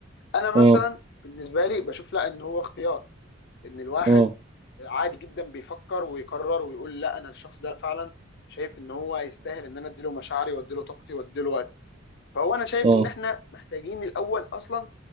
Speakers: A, on the left (about 55°); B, on the right (about 30°).
A: انا مثلا
B: م- م-
A: بالنسبه لي بشوف لا ان هو اختيار ان الواحد
B: م-
A: عادي جدا بيفكر ويقرر ويقول لا انا الشخص ده فعلا شايف ان هو يستاهل ان انا اديله مشاعري واديله طاقتي واديله وقتي فهو انا شايف
B: م-
A: ان احنا محتاجين الاول اصلا